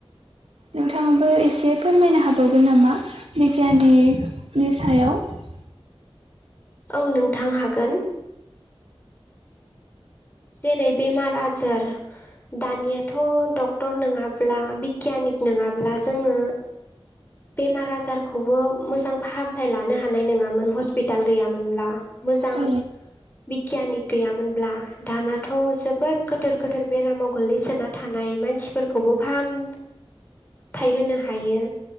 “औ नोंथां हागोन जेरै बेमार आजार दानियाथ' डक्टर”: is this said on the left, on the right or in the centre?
Left